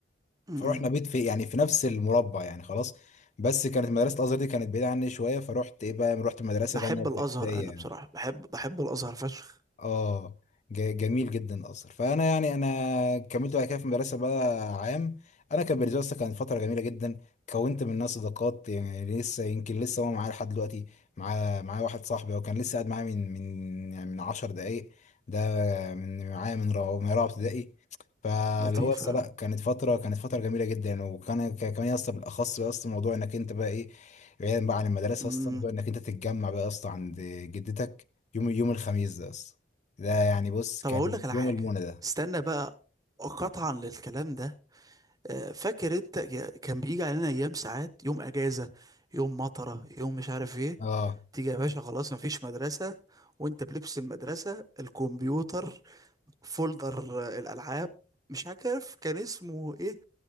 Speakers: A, on the right; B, on the left.
A: أمم.
B: فروحنا بيت في يعني في نفس المربع يعني خلاص بس كانت مدرسة الأزهر دي كانت بعيدة عني شوية فروحت إيه بقى رحت مدرسة
A: بحب
B: تانية ابتدائية
A: الازهر انا
B: يعني
A: بصراحة بحب بحب الازهر فشخ
B: اه ج- جميل جدا الاثر فانا يعني انا كملت بعد كده في المدرسه بقى عام انا كان بالنسبه لي أصلاً كانت فتره جميله جدا كونت منها صداقات يعني لسه يمكن لسه هو معايا لحد دلوقتي معاه معايا واحد صاحبي هو كان لسه قاعد معايا من من يعني من 10 دقائق ده من معايا من رابعه من رابعه ابتدائي فاللي
A: لطيفة
B: هو اصلا لا كانت فتره كانت فتره جميله جدا وكان ك- كمان اصلا بالاخص بقى اصلا موضوع انك انت بقى ايه بعيدا بقى عن المدرسه
A: امم
B: اصلا موضوع انك انت تتجمع بقى اصلا عند جدتك يوم يوم الخميس ده اصلا ده يعني بص
A: طب
B: كان
A: اقول لك على
B: يوم
A: حاجة
B: المنى ده
A: استنى بقى قطعا للكلام ده آه، فاكر انت يا- كان بيجي علينا ايام ساعات يوم اجازة يوم مطرة يوم مش عارف ايه
B: اه
A: تيجي يا باشا خلاص مفيش مدرسة وانت بلبس المدرسة الكمبيوتر فولدر آه، الالعاب مش عارف كان اسمه ايه